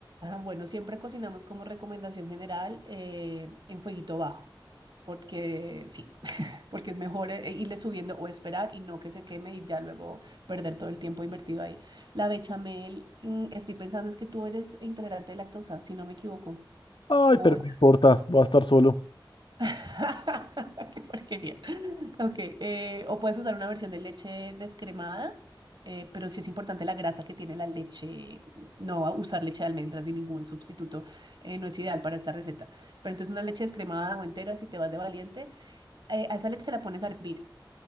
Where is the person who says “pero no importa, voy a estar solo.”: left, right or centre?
Left